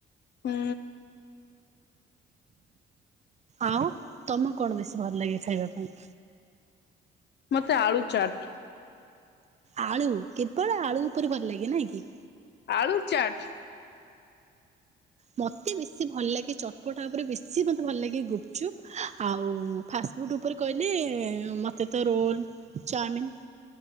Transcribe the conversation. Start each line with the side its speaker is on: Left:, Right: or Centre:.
Left: ହୁଁ
Right: ଆଉ ତମକୁ କଣ ବେଶୀ ଭଲ ଲାଗେ ଖାଇବା ପାଇଁ?
Left: ମୋତେ ଆଳୁ ଚାଟ୍।
Right: ଆଳୁ କେବଳ ଆଳୁ ଉପରେ ଭଲ ଲାଗେ ନାଇଁ କି?
Left: ଆଳୁ ଚାଟ୍।
Right: ମତେ ବେଶୀ ଭଲ ଲାଗେ ଚଟପଟା ଉପରେ ବେଶୀ ମତେ ଭଲ ଲାଗେ ଗୁପଚୁପ୍ ଆଉ ଫାଷ୍ଟଫୁଡ଼୍ ଉପରେ କହିଲେ ମୋତେ ତ ରୋଲ୍ ଚାଓମିିନ